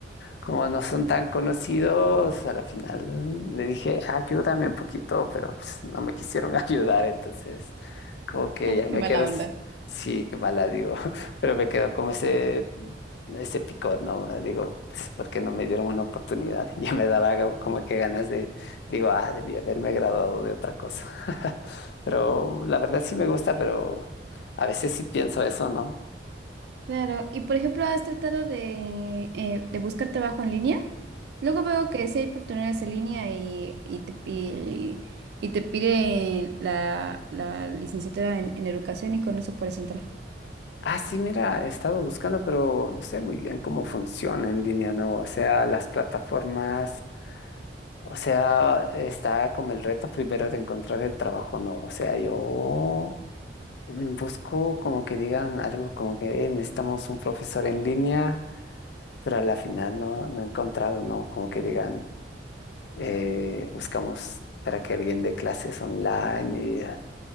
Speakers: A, on the left; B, on the right.
A: como no son tan conocidos, a la final le dije, ayúdame un poquito, pero pues no me quisieron <laughs> ayudar, entonces como que
B: <laughs>
A: ya
B: Qué
A: me
B: mala
A: quedo, s-
B: onda.
A: sí, qué mala digo, <laughs> pero me quedo como ese, ese picor, ¿no? O sea, Digo, pues, ¿por qué no me dieron una oportunidad? <laughs> Ya me daba go- como que ganas de, digo, ah, debí haberme graduado de otra cosa. <laughs> Pero la verdad sí me gusta, pero a veces sí pienso eso, ¿no?
B: Claro, y por ejemplo, ¿has tratado de, eh, de buscar trabajo en línea? Luego veo que sí hay oportunidades en línea y, y te, pi- y te pide la, la licenciatura en, en educación y con eso puedes entrar.
A: Ah, sí, mira, he estado buscando, pero no sé muy bien cómo funciona en línea, ¿no? O sea, las plataformas, o sea, está como el reto primero de encontrar el trabajo, ¿no? O sea, yo mm, busco como que digan algo como que "Eh, necesitamos un profesor en línea, pero a la final no, no he encontrado, ¿no? Como que digan, eh, buscamos para que alguien dé clases online